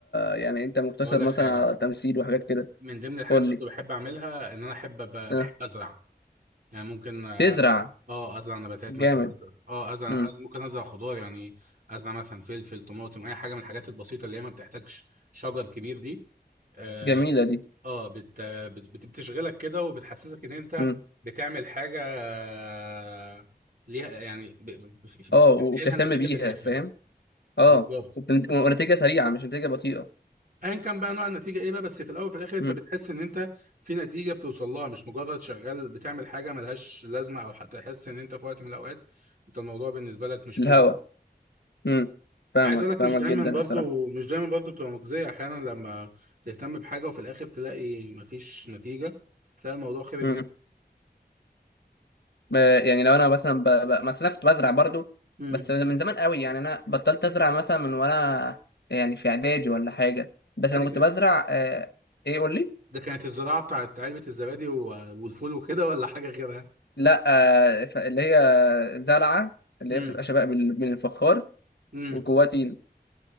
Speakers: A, on the left; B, on the right.
A: يعني انت مقتصر
B: اقول لك
A: مثلا
B: حاجه
A: على تمثيل وحاجات كده
B: من ضمن الحاجات
A: قول
B: برضه
A: لي
B: بحب اعملها ان انا احب ب-
A: اه
B: بحب ازرع يعني ممكن اه
A: تزرع
B: آه، ازرع نباتات
A: جامد
B: مثلا أزرع- اه ازرع
A: امم
B: أز- ممكن ازرع خضار يعني ازرع مثلا فلفل طماطم اي حاجه من الحاجات البسيطه اللي هي ما بتحتاجش شجر كبير دي آه،
A: جميلة دي
B: اه بت... بت... بت- بتشغلك كده وبتحسسك ان انت
A: امم
B: بتعمل حاجه آه، ليها يعني ب... ب-
A: اه
B: بتنقلها
A: و- وبتهتم
B: نتيجه
A: بيها
B: في الاخر
A: فاهم اه
B: بالظبط
A: وبت- ونتيجة سريعة مش نتيجة بطيئة
B: ايا كان بقى نوع النتيجه ايه بقى بس في الاول وفي الاخر انت
A: امم
B: بتحس ان انت في نتيجه بتوصل لها مش مجرد شغال بتعمل حاجه ملهاش لازمه او حتى تحس ان انت في وقت من الاوقات انت الموضوع بالنسبه لك مش
A: الهوا
B: مجزي
A: امم فاهمك
B: عايز اقول لك
A: فاهمك
B: مش دايما
A: جدا
B: برضو
A: الصراحة
B: مش دايما برضو بتبقى مجزيه احيانا لما تهتم بحاجه وفي الاخر تلاقي مفيش نتيجه تلاقي الموضوع خرب
A: امم
B: منك
A: ما- يعني لو انا مثلا ب... ب... مثلا كنت بزرع برضو
B: امم
A: بس من من زمان قوي يعني انا بطلت ازرع مثلا من وانا يعني في اعدادي ولا حاجة بس
B: ادي
A: لما كنت بزرع آه، ايه قول لي
B: ده كانت الزراعة بتاعت علبة الزبادي و- والفول وكده ولا حاجة غيرها
A: لا آه، ف- اللي هي زرعة اللي
B: امم
A: هي بتبقى شبه بال- من الفخار
B: امم
A: وجواها طين